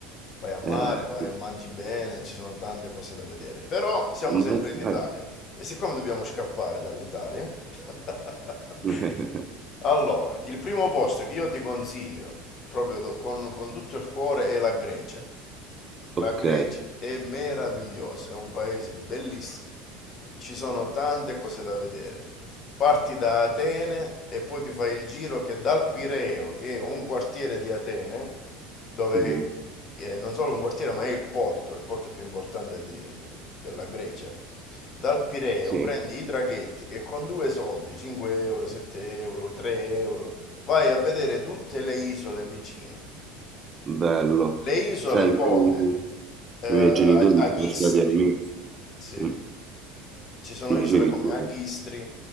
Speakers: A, on the left (about 45°); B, on the right (about 30°).
A: Vai a mare,
B: Eh,
A: vai e mangi bene, ci sono tante cose da vedere. Però siamo sempre
B: ma sai-
A: in Italia. E siccome dobbiamo scappare dall'Italia, <laughs>
B: <laughs>
A: allora, il primo posto che io ti consiglio, proprio do- con, con tutto il cuore, è la Grecia. La
B: Ok,
A: Grecia è meravigliosa, è un paese bellissimo. Ci sono tante cose da vedere. Parti da Atene e poi ti fai il giro che dal Pireo, che è un quartiere di Atene, dove
B: Mh-mh,
A: eh, non solo un quartiere, ma è il porto, il porto più importante di- della Grecia. Dal Pireo
B: sì,
A: prendi i traghetti che con due soldi, 5 euro, 7 euro, 3 euro, vai a vedere tutte le isole vicino.
B: bello.
A: Le isole
B: Sai,
A: come
B: poi
A: eh,
B: i
A: A-
B: miei genitori
A: Agistri,
B: sono stati a Myk
A: sì.
B: mh,
A: Ci sono
B: sì, dicevi
A: isole come
B: scusa?
A: Agistri,